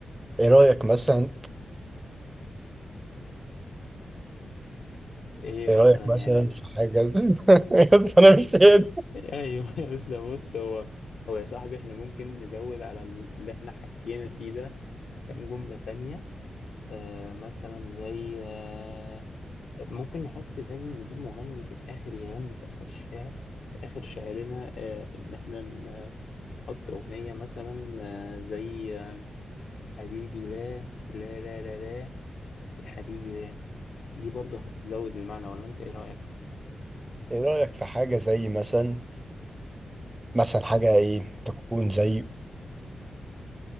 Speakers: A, on the right; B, on the left.
A: ايه رايك مثلا
B: ايه
A: ايه
B: مثلا
A: رايك
B: يعني
A: مثلا في حاجه <laughs> انا مش قادر
B: <laughs> ايوه بس بص هو هو يا صاحبي احنا ممكن نزود على اللي احنا حكينا فيه ده كام جمله تانية آه مثلا زي آه ممكن نحط زي نجيب مغني في الاخر يغني في اخر الشعر في اخر شعرنا آه ان احنا نحط اغنيه مثلا آه زي آه، حبيبي لا لا لا لا لا يا حبيبي لا دي برضه هتزود المعنى ولا انت ايه رأيك
A: ايه رايك في حاجه زي مثلا مثلا حاجه ايه تكون زي